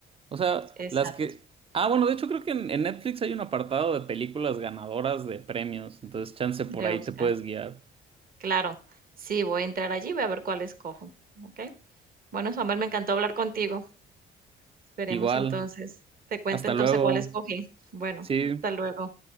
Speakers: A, on the right (about 30°); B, on the right (about 45°).
A: O sea,
B: exacto,
A: las que... Ah, bueno, de hecho creo que en, en Netflix hay un apartado de películas ganadoras de premios. Entonces, chance por
B: de
A: ahí
B: Oscar.
A: te puedes guiar.
B: Claro, sí, voy a entrar allí, voy a ver cuál escojo, ¿ok? Bueno, Samuel, me encantó hablar contigo. Esperemos
A: Igual.
B: entonces te cuento
A: Hasta
B: entonces
A: luego.
B: cuál escogí. Bueno,
A: Sí.
B: hasta luego.